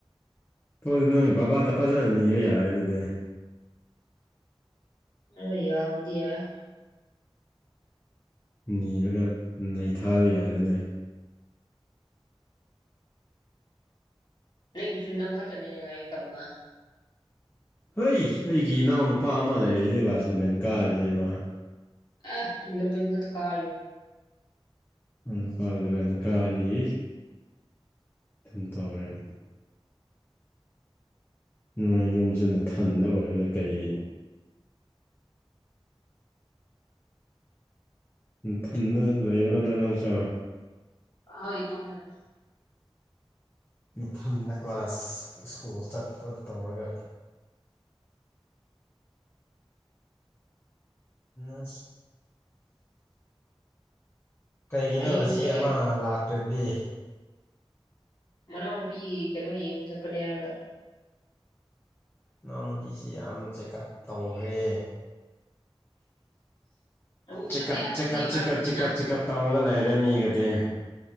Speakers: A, on the left (about 25°); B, on the left (about 50°).
A: ꯇꯧꯗꯤ ꯅꯪꯒꯤ ꯕꯕꯥꯗ ꯐꯖꯅ ꯅꯤꯕ ꯌꯥꯔꯦ ꯑꯗꯨꯗꯤ
B: ꯍꯣꯏ ꯌꯥꯕꯗꯤ ꯌꯥꯢ
A: ꯅꯤꯔꯒ ꯅꯩꯊꯥꯕ ꯌꯥꯔꯦꯅꯦ
B: ꯅꯪꯁꯨ ꯅꯪ ꯈꯛꯇꯅꯦꯅꯦ ꯅꯥꯏ ꯇꯝꯕ
A: ꯍꯣꯏ ꯑꯩꯒꯤ ꯏꯅꯥꯎꯅꯨꯄꯥ ꯑꯃ ꯂꯩꯔꯤꯁꯤꯗꯤ ꯀ꯭ꯂꯥꯁ ꯂꯚꯦꯟ ꯀꯥꯔꯤꯁꯦ ꯃꯥ
B: ꯑꯁ ꯏꯂꯕꯦꯟ ꯈꯠꯇ ꯀꯥ <unintelligible>
A: ꯃꯅꯄꯥ ꯂꯕꯦꯟ ꯀꯥꯔꯤ ꯑꯗꯨꯝ ꯇꯧꯔꯦ ꯅꯣꯏ ꯌꯨꯝꯁꯤ ꯅꯊꯟꯗ ꯑꯣꯏꯔꯒ ꯀꯩ ꯊꯟꯗ ꯂꯩꯕ ꯅꯠꯇ꯭ꯔꯒ ꯅꯪꯁꯨ
B: ꯍꯣꯏ ꯏꯇꯣꯝꯅꯅꯦ
A: ꯐꯪꯒ <unintelligible> ꯀ꯭ꯂꯥꯁ ꯁ꯭ꯀꯨꯜ ꯆꯠꯄ ꯇꯧꯔꯒ ꯑ ꯀꯩꯒꯤꯅꯣ
B: ꯍꯌꯦꯡꯁꯦ
A: ꯉꯁꯤ ꯑꯃ ꯂꯥꯛ ꯇ꯭ꯔꯗꯤ
B: ꯃꯅꯥꯎꯄꯤ ꯀꯩꯅꯣ ꯌꯦꯡ ꯆꯄꯅꯤ ꯍꯥꯔꯒ
A: ꯅꯥꯎꯅꯨꯄꯤꯁꯤ ꯌꯥꯝ ꯆꯦꯛꯀꯑꯞ ꯇꯧꯈ꯭ꯔꯦ
B: ꯇꯧꯗꯕ
A: ꯆꯦꯀꯞ
B: ꯌꯥꯗꯕꯒꯤ
A: ꯆꯦꯀꯞ
B: ꯑꯣꯏꯔꯝꯃꯅꯤꯅ
A: ꯆꯦꯀꯞ ꯆꯦꯀꯞ ꯇꯧꯔꯒ ꯂꯩꯔꯦ ꯃꯤꯒꯗꯤ